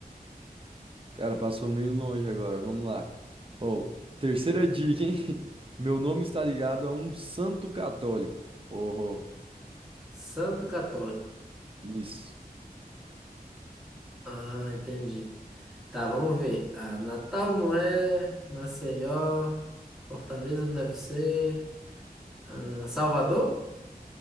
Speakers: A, on the right (about 35°); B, in the centre.
A: cara, passou meio longe agora, vamos lá. Ó, terceira dica, hein? <laughs> Meu nome está ligado a um santo católico. Oh,
B: Santo Católico.
A: isso.
B: Ah, entendi. Tá, vamos ver. Ah, Natal não é. Maceió. Fortaleza não deve ser. Ah, Salvador?